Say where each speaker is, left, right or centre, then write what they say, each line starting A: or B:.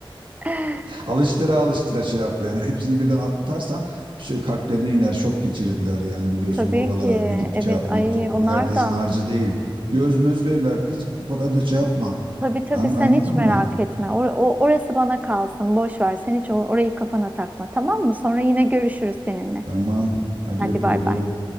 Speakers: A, on the right (about 15°); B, on the right (about 60°).
A: <laughs>
B: Alıştıra alıştıra şey yap yani hepsini birden atarsan bir şey kalplerine iner şok geçirirler yani biliyorsun
A: Tabii
B: oralara
A: ki.
B: gidip
A: Evet.
B: şey yapmak
A: Ay
B: çok
A: onlar
B: herkesin
A: da.
B: harcı değil. Göz möz verirler kız o kadar da şey yapma
A: Tabii tabii.
B: An-
A: Sen
B: anladın
A: hiç merak
B: mı?
A: etme. O, o- orası bana kalsın. Boş ver. Sen hiç o- orayı kafana takma. Tamam mı? Sonra yine görüşürüz seninle.
B: Tamam. Hadi
A: Hadi
B: öpüyorum.
A: bay bay.